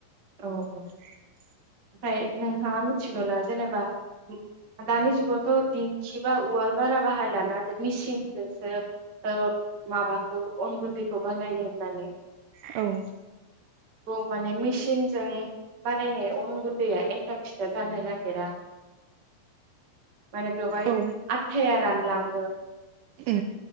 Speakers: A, on the right; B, on the right.
A: औ औ।
B: <inaudible>
A: ओमफ्राय नोंथाङा मिथिगौ ना जेनेबा आ दानि जुगावथ' दिंखि बा उवार बारा बा बाहायलाना बे मिसिनजोंसो ओ माबाखौ अन गुनदैखौ बानायो होननानै
B: औ
A: माने मेसिन जों बानायनाय अन गुनदैआ एनथाब फिथा जानो नागिरा । माने बेवहाय
B: औ
A: आथाया रानलाङो ।
B: ए